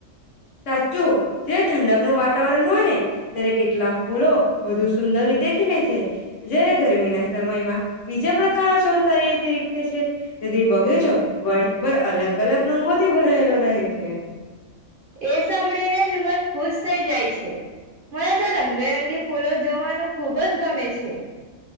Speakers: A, on the left; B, on the right.
A: સાચું જયારે ઠંડક ન વાતાવરણ હોય ને ત્યારે કેટલાક ફૂલો વધુ સુંદર રીતે ખીલે છે જયારે ગરમીના સમયમાં બીજા પ્રકારના છોર સારી રીતે વિકસે છે તેથી બગેજો વર્ષભર અલગ અલગ રંગોથી ભરાયેલો રહે છે
B: એ સાંભળીને જ મન ખુશ થઈ જાય છે મને તો રંગબેરંગી ફૂલો જોવાનું ખુબ જ ગમે છે.